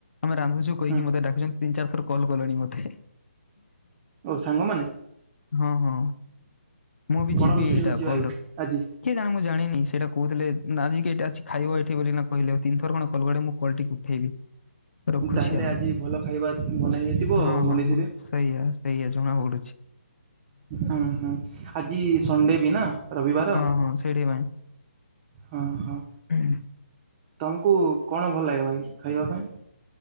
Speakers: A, on the left; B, on the right.
A: ଆମେ ରାନ୍ଧୁଚୁ କହିକି
B: ହୁଁ
A: ମତେ ଡାକୁଚ ତିନି ଚାରି ଥର କଲ କଲେଣି ମତେ ହେ।
B: ଓ ସାଙ୍ଗମାନେ
A: ହଁ ହଁ ମୁଁ ବି
B: କଣ
A: ଯିବି
B: ରୋଷେଇ
A: ଏଇଟା
B: ହଉଛି ଭାଇ
A: କଲ ର
B: ଆଜି?
A: କିଏ ଜାଣେ ମୁଁ ଜାଣିନି ସେଇଟା କହୁଥିଲେ ନା ଆଜିିକ ଅଛି ଖାଇବ ଏଠି ବୋଲି। କହିଲେ ତିନିଥର କଣ କଲ <unintelligible> ମୁଁ କଲ ଟିକୁ ଉଠେଇିବି। ରଖୁଚି
B: ତାହେଲେ
A: ଆଉ
B: ଆଜି ଭଲ ଖାଇବା ବନେଇ ହେଇଥିବ
A: ହଁ
B: ବନେଇଥିବେ।
A: ହଁ ହଁ ସେଇଆ ସେଇଆା ଜଣା ପଡୁଚି।
B: ହଁ ହଁ ଆଜି ସଂଣ୍ଡେ ବି ନା ରବିବାର।
A: ହଁ, ହଁ ସେଇଠି କି ପାଇଁ।
B: ହଁ ହଁ।
A: <unintelligible>
B: ତମକୁ କଣ ଭଲ ଲାଗେ ଭାଇ ଖାଇବା ପାଇଁ?